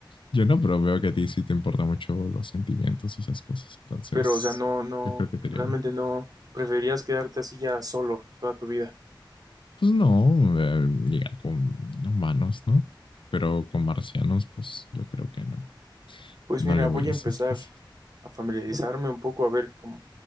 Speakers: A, on the left; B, on the right.
A: yo no, pero veo que a ti sí te importan mucho los sentimientos y esas cosas, entonces
B: Pero, o sea, no, no,
A: yo creo que te
B: realmente
A: iría bien.
B: no. Preferirías quedarte así ya solo toda tu vida.
A: Pues no, eh, llegar con humanos, ¿no? Pero con marcianos, pues yo creo que no,
B: Pues
A: no
B: mira,
A: le voy
B: voy
A: a
B: a
A: esas
B: empezar
A: cosas.
B: a familiarizarme un poco, a ver cómo,